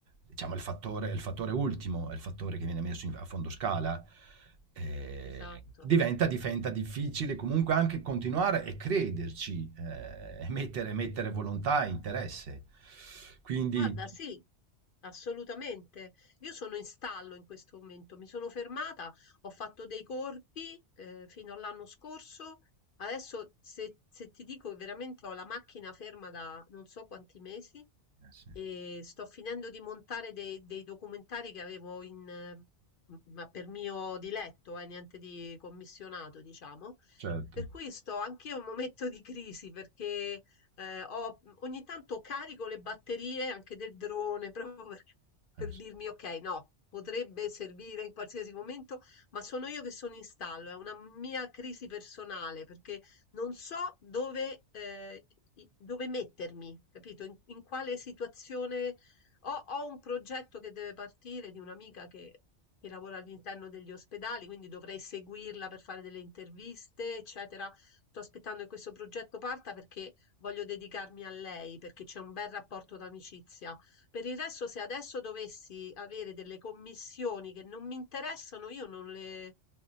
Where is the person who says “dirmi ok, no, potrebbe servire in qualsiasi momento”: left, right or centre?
Left